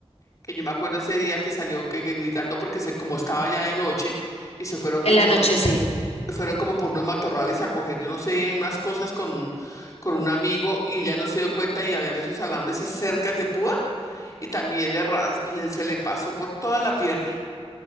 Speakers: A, on the left; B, on the left.
A: que yo me acuerdo ese día que salió que, que gritando porque se, como estaba ya de noche y se fueron
B: en
A: como
B: la
A: por
B: noche sí.
A: fueron como por unos matorrales a coger, yo no sé, unas cosas con, con un amigo y ya no se dio cuenta y habían esos alambres cerca de púa y también le, ra- le- se le pasó por toda la pierna.